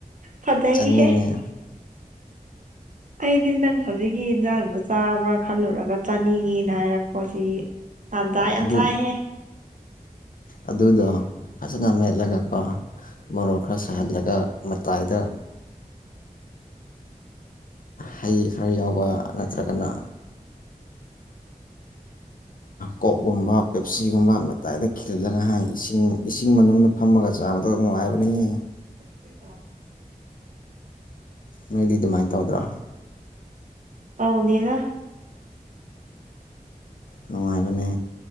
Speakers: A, on the right; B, on the left.
A: ꯐꯗꯩ
B: ꯆꯥꯅꯤꯡꯉꯦ
A: ꯍꯦ ꯑꯩꯗꯤ ꯅꯪ ꯍꯧꯖꯤꯛꯀꯤ ꯏꯟꯖꯥꯡꯗꯣ ꯆꯥꯕ꯭ꯔꯥ ꯈꯜꯂꯨꯔꯒ ꯆꯥꯅꯤꯡꯉꯦꯅ ꯍꯥꯏꯔꯛꯄ ꯁꯤꯗꯤ ꯇꯥꯟꯖꯥ ꯌꯥꯝ
B: ꯑꯗꯨ
A: ꯆꯥꯏ ꯍꯦ
B: ꯑꯗꯨꯗꯣ ꯐꯖꯅ ꯃꯦꯠꯂꯒꯀꯣ ꯃꯔꯣꯛ ꯈꯔ ꯁꯥꯍꯜꯂꯒ ꯃꯇꯥꯏꯗ ꯍꯩ ꯈꯔ ꯌꯥꯎꯕ ꯅꯠꯇ꯭ꯔꯒꯅ ꯀꯣꯛꯒꯨꯝꯕ ꯄꯦꯞꯁꯤꯒꯨꯝꯕ ꯃꯇꯥꯏꯗ ꯈꯤꯜꯂꯒ ꯍꯥꯏ ꯏꯁꯤꯡ ꯏꯁꯤꯡ ꯃꯅꯨꯡꯗ ꯐꯝꯃꯒ ꯆꯥꯕꯗꯣ ꯅꯨꯡꯉꯥꯏꯕꯅꯤꯍꯦ
A: <inaudible>
B: ꯅꯣꯏꯗꯤ ꯗꯨꯃꯥꯏꯅ ꯇꯧꯗ꯭ꯔꯥ
A: ꯄꯥꯎꯗꯦꯗ
B: ꯅꯨꯡꯉꯥꯏꯕꯅꯦ